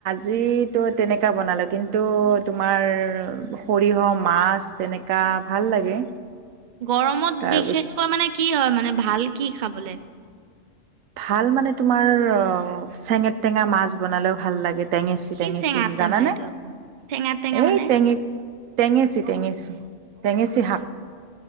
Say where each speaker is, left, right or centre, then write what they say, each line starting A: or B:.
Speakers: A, on the right; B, on the right.
A: যিটো তেনেকুৱৈ বনালোঁ কিন্তু তোমাৰ সৰিয়হ মাছ। তেনেককা ভাল লাগে।
B: গৰমত
A: তাৰপিছ
B: বিশেষকৈ মানে কি হয় মানে ভাল কি খাবলে?
A: ভাল মানে তোমাৰ অ চেঙেত টেঙা মাছ বনালেও ভাল লাগে। টেঙেচি
B: কি
A: টেঙেচি
B: চেঙা টেঙা
A: জানানে
B: এইটো আকৌ চেঙা টেঙা
A: এই
B: মানে
A: টেঙিত টেঙেচি টেঙেচি টেঙেচি শাক